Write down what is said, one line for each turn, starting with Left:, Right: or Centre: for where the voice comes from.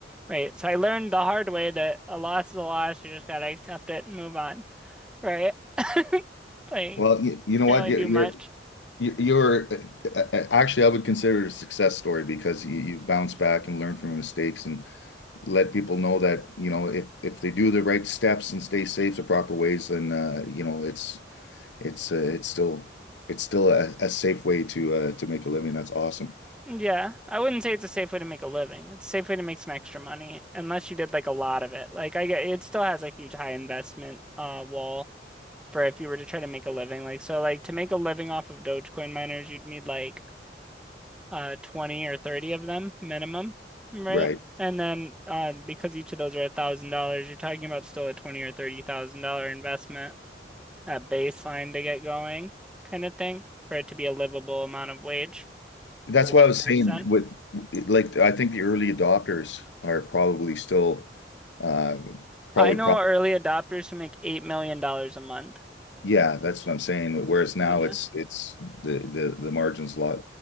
Centre: right? So I learned the hard way that a loss is a loss. You just gotta accept it and move on, right? <laughs> Like,
Left: Well, you, you know
Centre: can't
Left: what?
Centre: really
Left: You're,
Centre: do
Left: you're
Centre: much.
Left: you- you're uh, uh, actually I would consider it a success story because you, you bounce back and learn from your mistakes and let people know that you know if if they do the right steps and stay safe the proper ways then uh you know it's it's uh, it's still it's still a, a safe way to uh to make a living that's awesome
Centre: Yeah, I wouldn't say it's a safe way to make a living. It's a safe way to make some extra money, unless you did like a lot of it. Like I get, it still has a huge high investment uh wall for if you were to try to make a living. Like so, like to make a living off of Dogecoin miners, you'd need like uh 20 or 30 of them minimum, right?
Left: right
Centre: And then uh because each of those are a thousand dollars, you're talking about still a 20 or 30 thousand dollar investment at baseline to get going kind of thing for it to be a livable amount of wage
Left: that's
Centre: for one
Left: what I was
Centre: person.
Left: saying with like I think the early adopters are probably still uh probably
Centre: I know
Left: pro
Centre: early adopters who make eight million dollars a month.
Left: yeah that's what I'm saying whereas now
Centre: Yeah.
Left: it's it's the the the margin's a lot